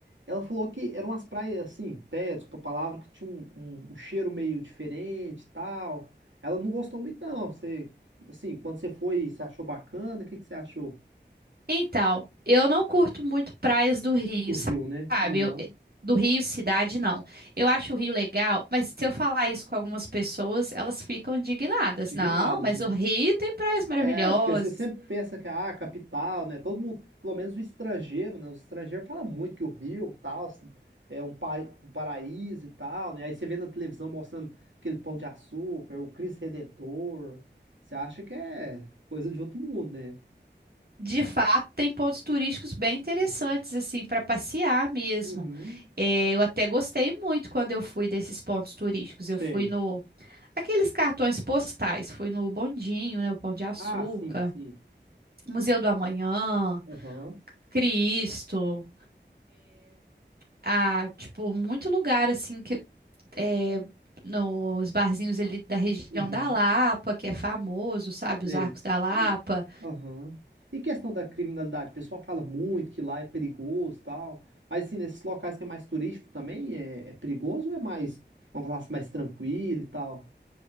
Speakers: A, on the right (about 90°); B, on the right (about 55°).
A: Ela falou que eram umas praias, assim, até, desculpa a palavra, que tinha um, um, um cheiro meio diferente e tal. Ela não gostou muito, não. Você, assim, quando você foi, você achou bacana? O que que você achou
B: Então, eu não curto muito praias do Rio,
A: do Rio, né?
B: sabe?
A: Aham.
B: Eu- do Rio, cidade, não. Eu acho o Rio legal, mas se eu falar isso com algumas pessoas, elas ficam indignadas.
A: Indignadas,
B: Não, mas
A: né?
B: o Rio tem praias maravilhosas.
A: É, porque você sempre pensa que ah, capital, né? Todo mundo, pelo menos o estrangeiro, né? Os estrangeiros falam muito que o Rio, tal, assim, é um, pai, um paraíso e tal, né? Aí você vê na televisão mostrando aquele pão de açúcar, o Cristo Redentor. Você acha que é coisa de outro mundo, né?
B: De fato, tem pontos turísticos bem interessantes,
A: Uhum.
B: assim, para passear mesmo.
A: Uhum.
B: É, eu até gostei muito quando eu fui desses pontos turísticos.
A: Sei.
B: Eu fui no... Aqueles cartões postais. Fui no Bondinho, né? O Pão de Açúcar.
A: Ah, sim, sim.
B: Museu do Amanhã.
A: Aham.
B: Cristo. a, tipo, muito lugar assim que é, nos barzinhos ali da região
A: Uhum.
B: da Lapa, que é famoso, sabe? Os
A: Sei.
B: Arcos da Lapa.
A: E, aham. E questão da criminalidade? O pessoal fala muito que lá é perigoso e tal. Mas assim, nesses locais que é mais turístico também, é, é perigoso ou é mais, vamos falar assim, mais tranquilo e tal?